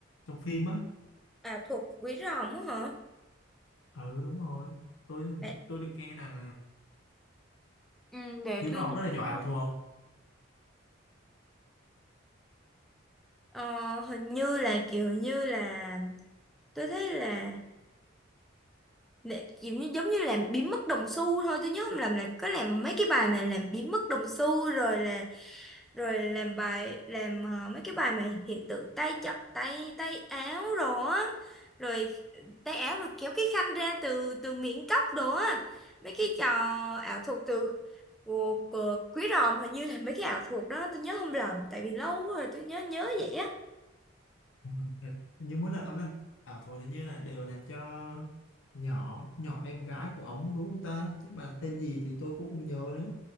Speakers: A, on the left; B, in the centre.
A: Trong phim á.
B: à thuộc quý ròm á hả
A: Ừ đúng rồi. Tôi
B: để,
A: tôi được nghe là
B: ừ, để
A: Quý
B: tôi
A: Ròm
B: nhìn
A: rất là giỏi
B: coi.
A: ảo thuật.
B: ờ, hình như là kiểu như là tôi thấy là để, kiểu như giống như làm biến mất đồng xu thôi tôi nhớ không làm là có làm mấy cái bài mà làm biến mất đồng xu rồi là rồi làm bài làm ờ, mấy cái bài mà hiện tượng tay chập tay tay áo đồ á rồi tay áo rồi kéo cái khăn ra từ từ miệng cốc đồ á mấy cái trò ảo thuật từ của, của quý ròm hình như là mấy cái ảo thuật đó tôi nhớ không lầm tại vì lâu rồi tôi nhớ nhớ vậy á
A: Ừ. Hình Như mỗi lần ông làm ảo thuật hình như là đều làm cho nhỏ nhỏ em gái của ông đúng không ta? Nhưng mà tên gì thì tôi cũng không nhớ nữa.